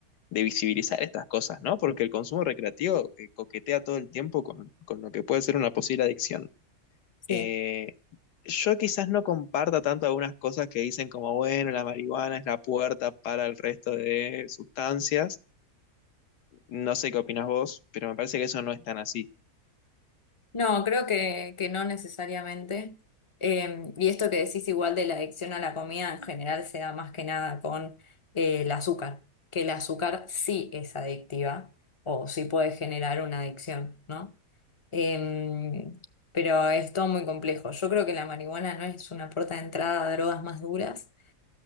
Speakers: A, on the left; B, on the left.
A: de visibilizar estas cosas, ¿no? Porque el consumo recreativo eh, coquetea todo el tiempo con, con lo que puede ser una posible adicción.
B: sí
A: Eh, yo quizás no comparta tanto algunas cosas que dicen como, bueno, la marihuana es la puerta para el resto de sustancias. No sé qué opinas vos, pero me parece que eso no es tan así.
B: No, creo que, que no necesariamente. Eh, y esto que decís igual de la adicción a la comida en general se da más que nada con eh, el azúcar, que el azúcar sí es adictiva o sí puede generar una adicción, ¿no? Eh, pero es todo muy complejo. Yo creo que la marihuana no es una puerta de entrada a drogas más duras